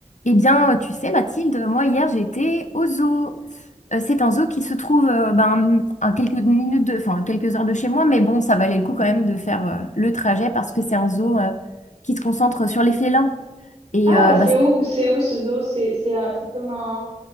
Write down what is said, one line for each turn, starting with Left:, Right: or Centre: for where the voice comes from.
Left: Eh bien, euh, tu sais, Mathilde, moi hier j'étais au zoo. Euh, C'est un zoo qui se trouve euh, ben, à quelques minutes de, enfin, à quelques heures de chez moi, mais bon, ça valait le coup quand même de faire euh, le trajet parce que c'est un zoo euh, qui se concentre sur les félins. Et
Right: Ah,
Left: euh,
Right: c'est
Left: bah,
Right: où, que- c'est où ce zoo? C'est, c'est, un- c'est comme un,